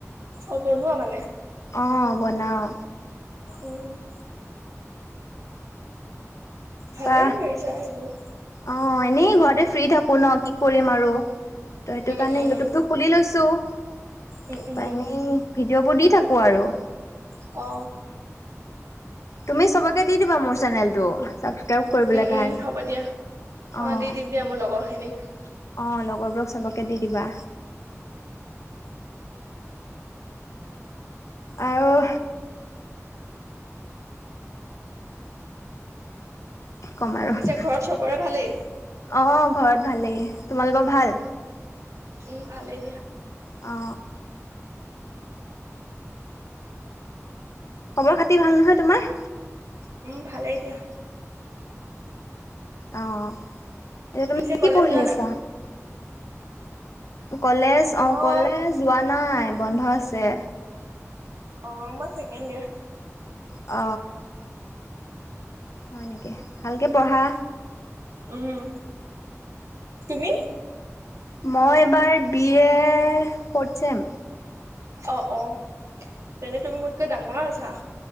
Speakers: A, on the right; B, on the left.
A: অ', বনোৱা মানে?
B: অ', বনাও।
A: উম' ভালেই
B: তাৰপা
A: কৰিছা সেইবোৰ।
B: অ', এনেই ঘৰতে ফ্ৰী থাকো ন? কি কৰিম আৰু, তো সেইটো
A: উম
B: কাৰণে
A: উম
B: ইউটিউবটো খুলি লৈছোঁ,
A: উম
B: তাৰপৰা
A: উম
B: এনেই ভিডিঅ'বোৰ দি থাকোঁ আৰু,
A: অ,
B: তুমি চবকে দি দিবা মোৰ চেনেলটো। ছাবস্ক্ৰাইব কৰিবলৈ
A: উম
B: কাৰণে
A: উম হ'ব দিয়া
B: অ,। অ,
A: দি দিম দিয়া মোৰ লগৰ খিনিক
B: লগৰবোৰক চবকে দি দিবা। আৰু কি কম আৰু
A: পিছে
B: অ,
A: ঘৰত চবৰে ভালেই
B: ঘৰত ভালেই। তোমালোকৰ ভাল?
A: উম, ভালেই দিয়া।
B: অ, খবৰ খাতি ভাল নহয় তোমাৰ?
A: উম, ভালেই দিয়া।
B: অঁ, এতিয়া তুমি
A: পিছে কলেজ
B: কি পঢ়ি
A: যোৱা
B: আছা?
A: নাই
B: কলেজ
A: মই
B: অ, কলেজ যোৱা নাই বন্ধ আছে।
A: অ, মই ছেকেণ্ড ইয়াৰ।
B: অ, হয় নেকি? ভালকে পঢ়া।
A: উম, তুমি?
B: মই এইবাৰ বি এ ফৰ্থ চেম।
A: অ-অ তেনে তুমি মোতকৈ ডাঙৰ আছা।